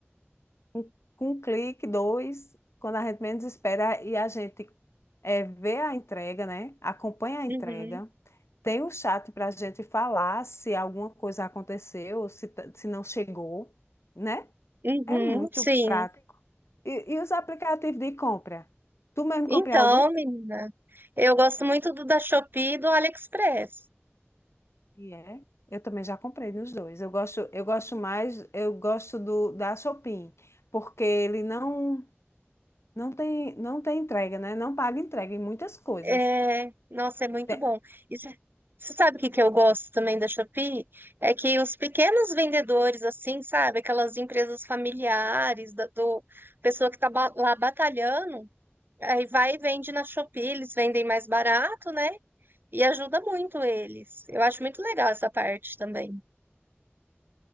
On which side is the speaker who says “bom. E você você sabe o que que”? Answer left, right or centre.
Right